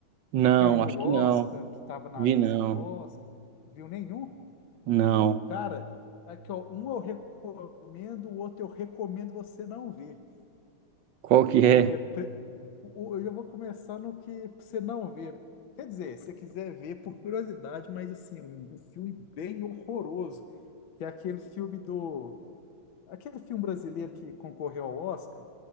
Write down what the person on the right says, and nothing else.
não,
acho
que
não.
Vi
não.
Não.
Qual que é?